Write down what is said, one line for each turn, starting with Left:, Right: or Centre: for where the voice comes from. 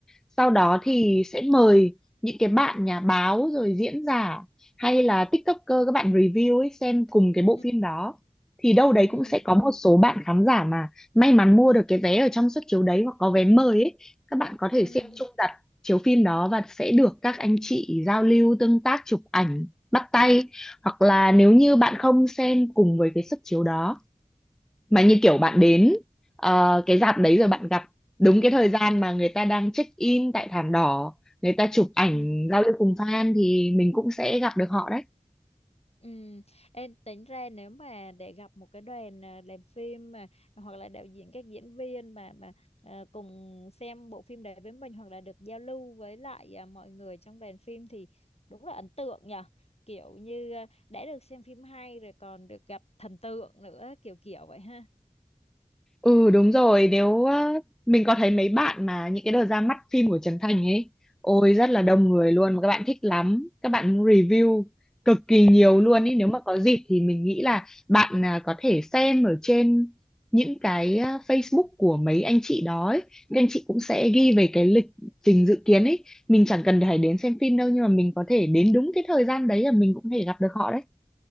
Centre: Sau đó thì
Left: ừ
Centre: sẽ mời những cái bạn nhà báo rồi diễn giả hay là TikToker các bạn review ấy xem cùng cái bộ
Left: ừ
Centre: phim đó. Thì đâu đấy
Left: ừ
Centre: cũng sẽ có một số bạn khán giả mà may mắn mua được cái vé ở trong suất chiếu đấy hoặc có vé mời ấy, các bạn có thể
Left: ừ
Centre: xem chung đặt chiếu phim đó và sẽ được các anh chị giao lưu tương tác chụp ảnh bắt tay hoặc là nếu
Left: ừ
Centre: như bạn không xem cùng với cái suất chiếu đó mà như kiểu bạn
Left: ừ
Centre: đến ờ, cái rạp đấy rồi bạn gặp đúng cái thời gian mà người ta đang check in tại thảm đỏ người ta chụp ảnh
Left: ừ
Centre: giao lưu cùng fan thì mình cũng sẽ gặp được họ đấy
Left: Ừ, em tính ra nếu mà để gặp một cái đoàn à, làm phim mà hoặc là đạo diễn các diễn viên mà mà à, cùng xem bộ phim đấy với mình hoặc là được giao lưu với lại à, mọi người trong đoàn phim thì đúng là ấn tượng nhở kiểu như à, đã được xem phim hay rồi còn được gặp thần tượng nữa kiểu kiểu vậy ha
Centre: Ừ đúng rồi nếu á, mình có thấy mấy bạn mà những cái đợt ra mắt phim của Trấn Thành ấy ôi rất là
Left: ừ
Centre: đông người luôn mà các bạn thích lắm các bạn review cực kỳ nhiều luôn
Left: ừ
Centre: ấy nếu mà có dịp thì mình nghĩ là bạn à, có thể xem ở trên những cái à, Facebook của mấy anh chị đó ấy. Các anh chị cũng sẽ ghi về cái lịch trình dự kiến ấy mình chẳng cần phải đến xem phim đâu
Left: ừ.
Centre: nhưng mà mình có thể đến đúng cái thời gian đấy là mình cũng có thể gặp được họ đấy